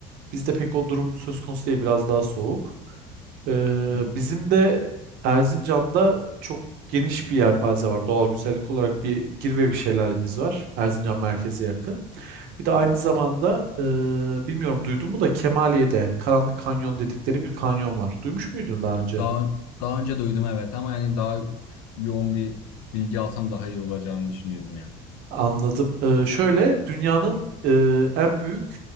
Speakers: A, on the right; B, on the left.
A: bizde pek o durum söz konusu değil biraz daha soğuk. Ee,
B: Ya,
A: bizim de Erzincan'da çok geniş bir yelpaze var. Doğal güzellik olarak bir Girvevik şelalemiz var. Erzincan merkeze yakın. Bir de aynı
B: ben
A: zamanda e, bilmiyorum duydun mu da Kemaliye'de Karanlık Kanyon dedikleri bir kanyon var. Duymuş muydun daha önce?
B: daha daha önce duydum evet ama yani daha yoğun bir bilgi alsam daha iyi olacağını düşünüyorum ya.
A: Anladım. Ee, şöyle dünyanın e, en büyük